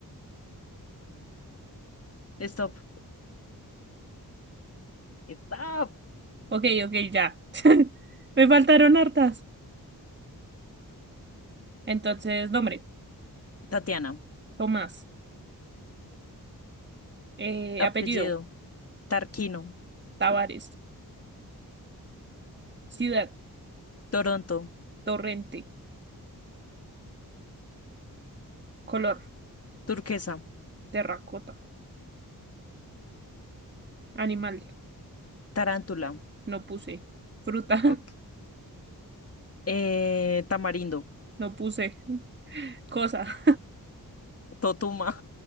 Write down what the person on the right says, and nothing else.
Ok, ok, ya. <laughs> Me faltaron hartas. Entonces, nombre,
Tomás. Eh,
apellido,
Tavares. Ciudad,
Torrente. Color,
terracota. Animal,
no puse. Fruta,
<laughs> no puse. Cosa, <laughs>